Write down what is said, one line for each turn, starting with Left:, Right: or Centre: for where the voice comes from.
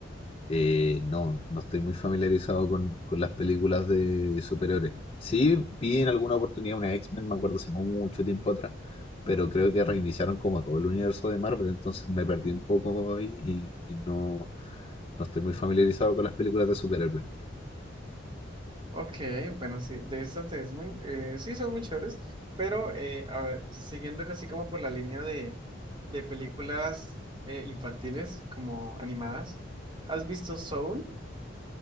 Left: Eh, no, no estoy muy familiarizado con, con las películas de superhéroes. Sí, vi en alguna oportunidad una X-Men, me acuerdo hace mucho tiempo atrás, pero creo que reiniciaron como todo el universo de Marvel, entonces me perdí un poco ahí y, y no, no estoy muy familiarizado con las películas de superhéroes.
Right: Ok, bueno, sí, de estas de X-Men, eh, sí son muy chéveres. Pero, eh, a ver, siguiendo casi como por la línea de, de películas eh, infantiles, como animadas. ¿Has visto Soul?